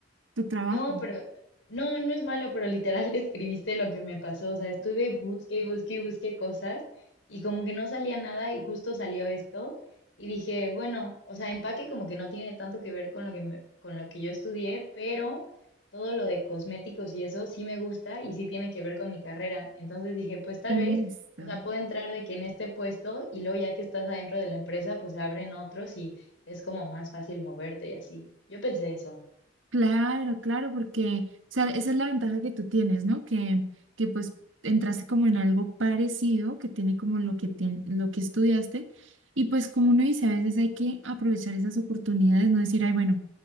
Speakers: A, on the right (about 85°); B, on the left (about 70°).
A: Tu trabajo.
B: No, pero no, no es malo, pero literal <laughs> escribiste lo que me pasó. O sea, estuve busque y busque y busque cosas y como que no salía nada y justo salió esto y dije, bueno, o sea, empaque como que no tiene tanto que ver con lo que me- con lo que yo estudié, pero todo lo de cosméticos y eso sí me gusta y sí tiene que ver con mi carrera. Entonces dije, pues tal
A: Eso.
B: vez, o sea, puedo entrar de que en este puesto y luego ya que estás adentro de la empresa, pues se abren otros y es como más fácil moverte y así. Yo pensé eso.
A: Claro, claro, porque, o sea, esa es la ventaja que tú tienes, ¿no? Que, que pues entraste como en algo parecido, que tiene como lo que, te- lo que estudiaste, y pues como uno dice, a veces hay que aprovechar esas oportunidades, no decir, ay, bueno.